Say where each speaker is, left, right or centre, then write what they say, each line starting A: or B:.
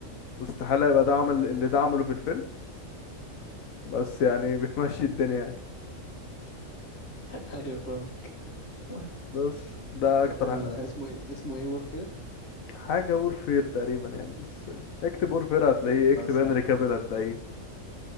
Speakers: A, on the left; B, on the left.
A: واستحالة يبقى ده عمل اللي ده عمله في الفيلم بس يعني <laughs> بتمشي الدنيا يعني
B: <laughs> ايوه فاهم <laughs>
A: بس ده
B: طب
A: اكتر
B: حلو
A: ح-
B: ده اسمه ايه اسمه ايه وورفير
A: حاجة وورفير تقريبا يعني بس اكتب وورفير هتلاقيه
B: خلاص
A: اكتب هنري
B: هبقى
A: كافيل هتلاقيه
B: هبقى اشوف